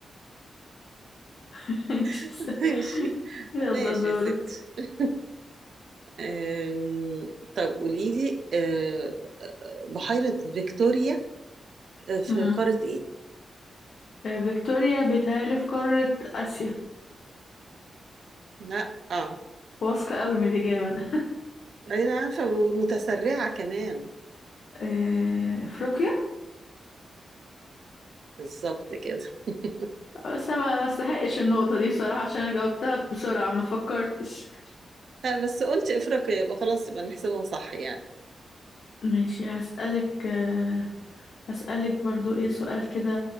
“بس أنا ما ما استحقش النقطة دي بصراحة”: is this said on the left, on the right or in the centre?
Left